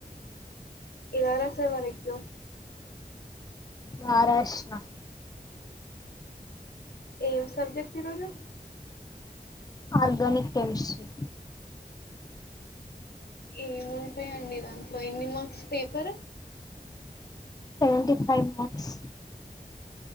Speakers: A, on the left (about 80°); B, on the left (about 25°).
A: ఎలా రాసావ్ మరి ఎగ్జామ్
B: బాగా రాశిన
A: ఏం సబ్జెక్ట్ ఈరోజు
B: ఆర్గనిక్ కేెమిస్ట్రీ
A: ఏముంటాయండి దాంట్లో ఎన్ని marks paper
B: seventy five marks